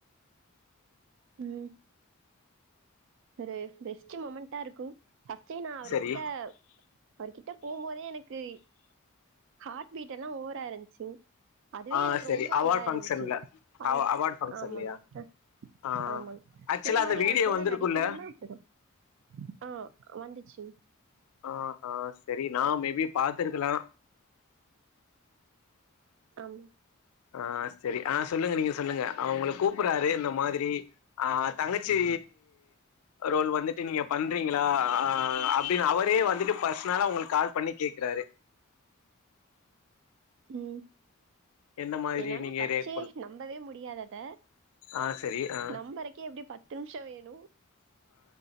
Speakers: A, on the right (about 60°); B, on the left (about 80°).
A: ம் ஒரு பெஸ்ட் மொமென்டா இருக்கு ஃபஸ்டே நா அவர்கிட்ட
B: சரி
A: அவர்கிட்ட போம்போதே எனக்கு ஹார்ட் பீட் எல்லா ஓவரா இருந்ச்சி அதுவே
B: ஆ
A: எனக்கு
B: சரி
A: ரொம்ப
B: அவார்ட்
A: இதா
B: ஃபங்க்ஷன்ல
A: இருந்துச்சி அவருக்கு
B: அவ அவார்ட் ஃபங்க்ஷன்லயா
A: ஆமாங்க அ
B: ஆ
A: ஆமங்
B: ஆக்சுவலா
A: இதே மாரி
B: அந்த வீடியோ
A: அவர் கூட
B: வந்திருக்குல்ல
A: நடிக் கனுனா இப்டிதா ஆ வந்திச்சி
B: ஆஹா சரி நா மேபி பாத்துருக்கலா
A: ஆமா
B: ஆ செரி ஆ சொல்லுங்க நீங்க சொல்லுங்க அ உங்கள கூப்புறாரு இந்த மாதிரி ஆ தங்கச்சி ரோல் வந்துட்டு நீங்க பண்றீங்ளா ஆ ஆ அப்டின்னு அவரே வந்துட்டு பர்சனலா உங்களுக்கு கால் பண்ணி கேக்குறாரு
A: ம்
B: எந்த மாதிரி
A: என்னால
B: நீங்க
A: ஃபஸ்டே
B: ரியாக்ட் பண்
A: நம்பவே முடியாது அத
B: ஆ செரி ஆ
A: நம்பரக்கே எப்டி பத்து நிமிஷ வேணு